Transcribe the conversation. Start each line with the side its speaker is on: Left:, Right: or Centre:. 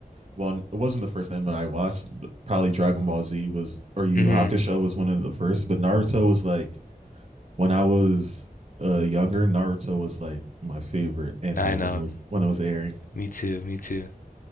Right: Well, it wasn't the first anime I watched. but Probably Dragon Ball Z was or Yu
Left: Mm-hmm.
Right: Yu Hakusho was one of the first, but Naruto was like when I was uh younger. Naruto was like my favorite anime
Left: I know.
Right: when it was when it was airing.
Left: Me too, me too.